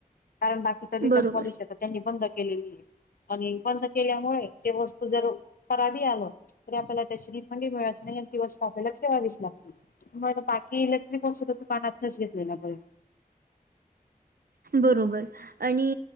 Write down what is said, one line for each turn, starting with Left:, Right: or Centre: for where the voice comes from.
Left: कारण बाकीच्या
Right: बरोबर
Left: त्यांनी बंद केलेली आणि बंद केल्यामुळे ते वस्तू जर खराबी आलं तरी आपल्याला त्याची रिफंडी मिळत नाही ती वस्तू आपल्याला ठेवावीच लागते. मग बाकी इलेक्ट्रिक वस्तू तर दुकानातूनच घेतलेल बरं.
Right: बरोबर आणि